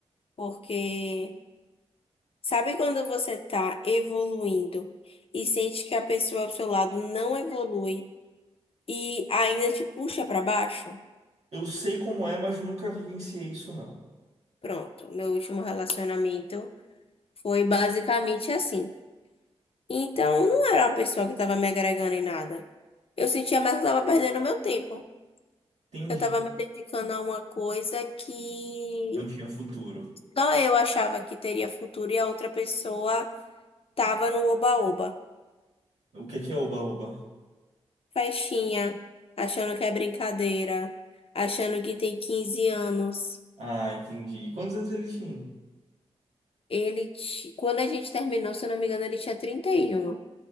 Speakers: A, on the left; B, on the right.
A: Porque sabe quando você tá evoluindo e sente que a pessoa ao seu lado não evolui e ainda te puxa pra baixo?
B: Eu sei como é, mas nunca vivenciei isso, não.
A: Pronto, meu último relacionamento foi basicamente assim. Então, não era uma pessoa que estava me agregando em nada. Eu sentia mais que eu estava perdendo meu tempo.
B: Entendi.
A: Eu estava me dedicando a uma coisa que
B: Não tinha futuro.
A: só eu achava que teria futuro e a outra pessoa estava no oba-oba.
B: O que é que é oba-oba?
A: Festinha, achando que é brincadeira, achando que tem 15 anos.
B: Ah, entendi. E quantos anos ele tinha?
A: Ele, ti- quando a gente terminou, se eu não me engano, ele tinha trinta e um